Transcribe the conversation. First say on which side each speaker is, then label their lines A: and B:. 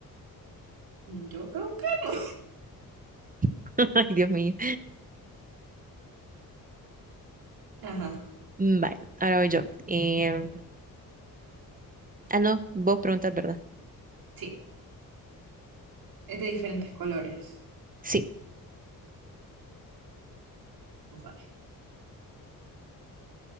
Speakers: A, on the right; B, on the right.
A: yo creo que no.
B: <laughs> Ay, Dios mío.
A: <laughs> Ajá,
B: Mm, Vale, ahora voy yo. Em, ah, no, vos preguntas, ¿verdad?
A: sí. Es de diferentes colores.
B: Sí.
A: Vale.